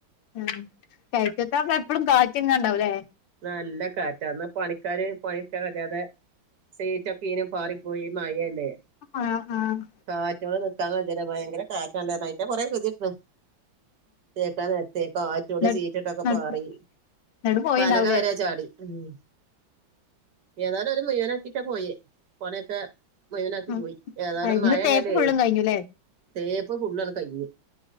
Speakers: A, on the left (about 75°); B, on the right (about 60°).
A: ആഹ് കയറ്റതാവുമ്പോ എപ്പളും കാറ്റ്ങ്ങനെ ഇണ്ടാവുല്ലേ
B: നല്ല കാറ്റ ഇന്ന് പണിക്കാര് പണിട്ക്കാൻ കജാതെ സീറ്റൊക്കീനും പാറിപ്പോയി മഴല്ലേ
A: ആഹ് ആഹ്
B: കാറ്റോട് നിക്കാൻ കയ്ണ്ല്ല്യ ഭയങ്കര കാറ്റാ ഉണ്ടായിരായിറ്റ കൊറെ കതിയിട്ടന്ന് തേക്കാൻ നേരെത്തെ കാറ്റോട്ട്
A: ന്ന
B: സീറ്റിട്ടൊക്കെ
A: ന്നട്ട്
B: പാറി
A: ന്നട്ട് പോയിണ്ടാവുലേ
B: പലക വരെ ചാടി.. ഉം ഏതാലും ഒരു മുയുവനാക്കിട്ടാ പോയെ പണിയോക്കെ മുഴുവനാക്കി
A: ഉം
B: പോയി ഏതായാലും
A: ഇന്ന്
B: മഴയായാലേ
A: തേപ്പ് ഫുള്ളും കഴിഞ്ഞുല്ലേ
B: തേപ്പ് ഫുള്ള് അങ്ങ് കഴിഞ്ഞ്